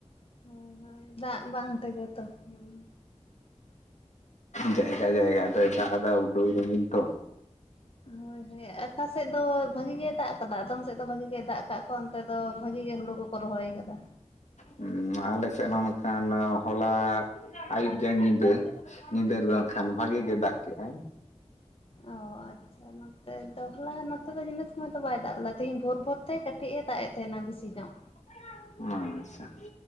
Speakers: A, on the left (about 50°); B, on the left (about 80°).
A: ᱦᱳᱭ ᱦᱳᱭ। ᱫᱟᱜ ᱵᱟᱝ ᱛᱮᱜᱮ ᱛᱚ ᱦᱮᱸ।
B: ᱡᱟᱭᱜᱟ ᱡᱟᱭᱜᱟ ᱫᱚᱭ ᱫᱟᱜ ᱮᱫᱟ। ᱩᱰᱟᱹᱣ ᱨᱤᱢᱤᱞ ᱛᱚ᱾
A: ᱦᱳᱭ ᱦᱳᱭ। ᱟᱠᱟ ᱥᱮᱫ ᱫᱚ ᱵᱷᱟᱜᱤ ᱜᱮ ᱫᱟᱜ ᱟᱠᱟᱫᱟ। ᱟᱫᱚᱢ ᱥᱮᱫ ᱼᱼ ᱫᱚ ᱵᱷᱟᱜᱤ ᱜᱮ ᱫᱟᱜ ᱠᱟᱜ ᱠᱚᱣᱟ। ᱚᱱᱛᱮ ᱫᱚ ᱵᱷᱟᱜᱤ ᱜᱮ ᱦᱳᱲᱳ ᱠᱚᱠᱚ ᱨᱚᱦᱚᱭ ᱟᱠᱟᱫᱟ।
B: ᱦᱩᱸ ᱟᱞᱮ ᱥᱮᱫ ᱦᱚᱸ ᱢᱮᱱᱠᱷᱟᱱ ᱦᱚᱞᱟ ᱟᱹᱭᱩᱵ ᱡᱮ ᱧᱤᱫᱟᱹ ᱼᱼ ᱧᱤᱫᱟᱹ ᱫᱚ ᱮᱠᱷᱟᱱ ᱵᱷᱟᱜᱤ ᱜᱮ ᱫᱟᱜ ᱠᱮᱜᱼᱟᱭ।
A: ᱚ ᱟᱪᱪᱷᱟ। ᱱᱚᱛᱮ ᱦᱚᱞᱟ ᱱᱚᱛᱮ ᱫᱚ ᱡᱤᱱᱤᱥ ᱢᱟ ᱛᱚ ᱵᱟᱭ ᱫᱟᱜ ᱞᱮᱫᱟ। ᱛᱮᱦᱤᱧ ᱵᱷᱳᱨ ᱵᱷᱳᱨ ᱛᱮ ᱠᱟᱹ ᱼᱼ ᱴᱤᱡᱼᱮ ᱫᱟᱜ ᱮᱫ ᱛᱟᱦᱮᱱᱟ ᱵᱮᱥᱤ ᱧᱚᱜ।
B: <unintelligible> ᱚ ᱟᱪᱪᱷᱟ।